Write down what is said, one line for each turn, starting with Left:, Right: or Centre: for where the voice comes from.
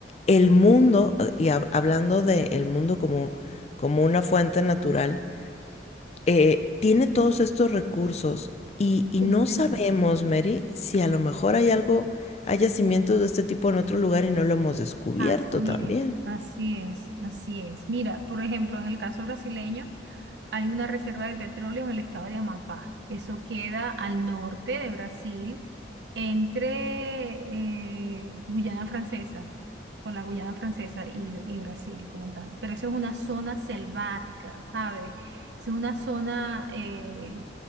Left: el mundo, eh, y hab- hablando del mundo como, como una fuente natural, eh, tiene todos estos recursos y, y
Right: sí,
Left: no
Right: señor.
Left: sabemos, Mary, si a lo mejor hay algo, hay yacimientos de este tipo en otro lugar y no lo hemos descubierto
Right: Así
Left: también.
Right: es, así es, así es. Mira, por ejemplo, en el caso brasileño, hay una reserva de petróleo en el estado de Amapá. Eso queda al norte de Brasil, entre eh, Guyana Francesa, con la Guyana Francesa y, y Brasil como tal. Pero eso es una zona selvática, ¿sabes? Es una zona eh,